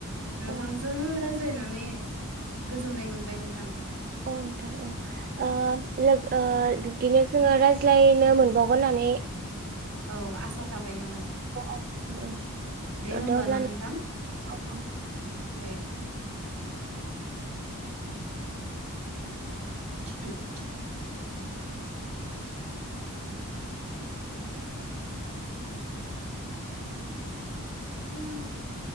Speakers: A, on the right; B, on the right.
A: नोंथांजों
B: औ
A: रायज्लायनानै गोजोननाय मोनबाय नोंथां
B: औ नोंथां औ ओ लोगो बिदिनो जोङो रायज्लायनो मोनबावगोन होन नानै
A: औ आसा थाबाय नोंथां
B: औ नोंथां औ
A: दे
B: दा
A: होमब्लाना
B: अब्ला
A: नोंथां
B: नों
A: दे <unintelligible> आया